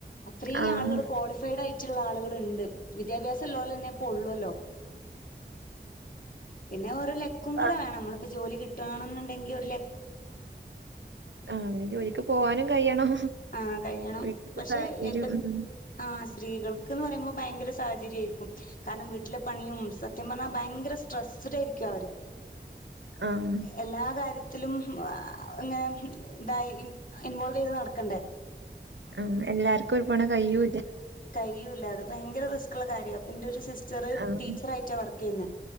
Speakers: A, on the left; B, on the right.
A: അത്രയും
B: ആഹ്.
A: ആളുകള് കോളിഫൈഡ് ആയി - ട്ടുള്ള ആളുകളുണ്ട് വിദ്യാഭ്യാസ മൊള്ളവരെ ഒള്ളുവല്ലോ പിന്നെ ഒരു ലക്കും കൂടെ
B: ആഹ്.
A: വേണം നമ്മളിപ്പോ ജോലി കിട്ടു ട്ടാ ആണെന്നുണ്ടെങ്കിൽ ഒരു ല
B: ആ അങ്ങനെ ജോലിക്കും പോവാനും കഴിയണം
A: ആ കഴിയണം
B: വീട്ടിത്തെ
A: പക്ഷെ
B: സാഹചര്യം
A: എപ്പ
B: ഉം.
A: ആ സ്ത്രീകൾക്ക്ന്ന് പറയുമ്പോ ഭയങ്കര സാഹചര്യം ആയിരിക്കും കാരണം വീട്ടിലെ പണിയും സത്യം പറഞ്ഞാൽ ഭയങ്കര സ്ട്രെസ്ഡ് ആയിരിക്കും അവര്
B: ആഹ്.
A: എല്ലാ കാര്യത്തി ത്തിലും ഇങ്ങനെ ഇതായി ഇൻവോൾവെയ്ത് നട ക്കണ്ടേ
B: ആ എല്ലാർക്കും ഒരുപോണം കയ്യൂ
A: കഴൂല്ല അത് ഭയങ്കര റിസ്ക്ള്ള കാര്യ അപ്പന്റെരു സിസ്റ്ററ്
B: ആഹ്.
A: ടീച്ചർ ആയിട്ടാ വർ ക്കെയ്ന്ന്